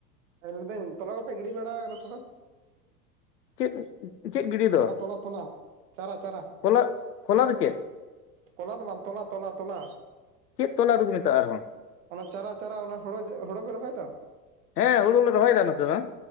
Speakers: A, on the right (about 50°); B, on the left (about 75°).
A: ᱦᱮᱸ ᱞᱟᱹᱭᱫᱟᱹᱧ ᱛᱚᱞᱟ ᱠᱚᱯᱮ ᱜᱤᱰᱤ ᱵᱟᱲᱟᱣ ᱠᱟᱫᱟ ᱥᱮ ᱵᱟᱝ?
B: ᱪᱮᱫ ᱪᱮᱫ ᱜᱤᱰᱤ ᱫᱚ?
A: ᱛᱚᱼᱛᱞᱟ <unintelligible> ᱪᱟᱨᱟ ᱪᱟᱨᱟ
B: ᱡᱷᱚᱞᱟᱜ ᱠᱷᱚᱞᱟ ᱫᱚ ᱪᱮᱫ?
A: ᱠᱚᱞᱟ ᱫᱚ ᱵᱟᱝ ᱛᱚᱞᱟ ᱛᱚᱞᱟ ᱛᱚᱞᱟ
B: ᱪᱮᱫ ᱛᱚᱞᱟ ᱫᱚᱠᱚ ᱢᱮᱛᱟᱜᱼᱟ ᱟᱨᱦᱚᱸ?
A: ᱚᱱᱟ ᱪᱟᱨᱟ ᱪᱟᱨᱟ ᱚᱱᱟ ᱡᱮ ᱦᱩᱲᱚ ᱦᱩᱲᱩ ᱯᱮ ᱨᱚᱦᱚᱭ ᱫᱚ?
B: ᱦᱮᱸ ᱦᱩᱲᱩ ᱞᱮ ᱨᱚᱦᱚᱭᱫᱟ ᱱᱚᱛᱮ ᱫᱚ